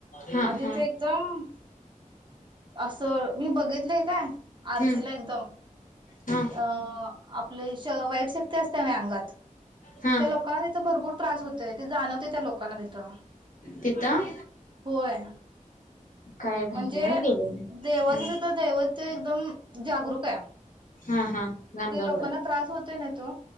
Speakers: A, on the left; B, on the right.
A: हा
B: आणि तिथे
A: हा
B: एकदम असं मी बघित. क का आरतीला
A: हम्म
B: एकदम
A: हा
B: अ अ. आपले वाईट शक्ती अंगात
A: हा
B: त्या लोकांना तिथे भरपूर त्रास होते ते जाणवते त्या लोकांना तिथं
A: तिथं
B: होय
A: काय माहित
B: म्हणजे
A: नाही हो गेले नाही
B: देवाचे दैवत ते एकदम जागरूक आहे.
A: हा हा हा गाणगापुरात
B: ते लोकांना त्रास होत ना तो